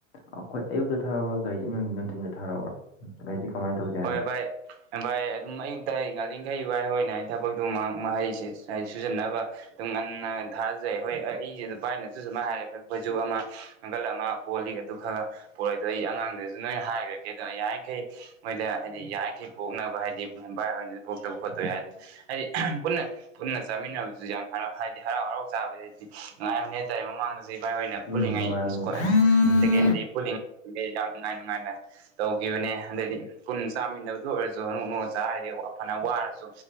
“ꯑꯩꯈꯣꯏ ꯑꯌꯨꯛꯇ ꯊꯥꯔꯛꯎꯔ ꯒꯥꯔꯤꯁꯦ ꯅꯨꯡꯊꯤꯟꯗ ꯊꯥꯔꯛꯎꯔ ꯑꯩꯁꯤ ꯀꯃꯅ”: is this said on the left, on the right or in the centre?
Left